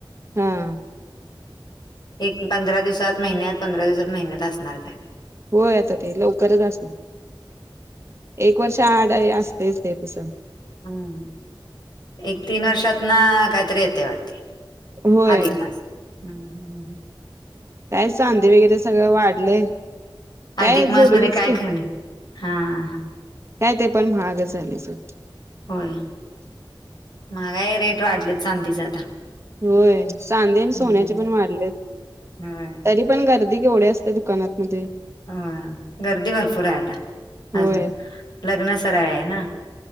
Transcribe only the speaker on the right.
हा
होय आता ते लवकरच असन एक वर्ष आड असतेच ते तस
होय
काय चांदीे वगैरे सगळं वाढलंय. काय
जोडवीच
की
काय ते पण महागच झाले सोड
होय सांधे आणि सोन्याचे
पण वाढले
तरी पण गर्दी केवढी असते दुकानातमध्येध्ये
होय